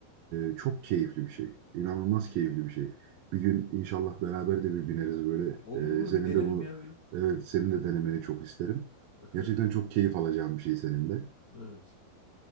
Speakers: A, on the right; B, on the left.
A: e, çok keyifli bir şey. İnanılmaz
B: Hı hı.
A: keyifli bir şey. Bir gün inşallah beraber de bir bineriz böyle.
B: Olur olur
A: E, senin
B: bir denerim
A: de bu,
B: ya bir.
A: evet senin de denemeni çok isterim.
B: <laughs>
A: Gerçekten çok keyif alacağım bir şey senin de.
B: Evet.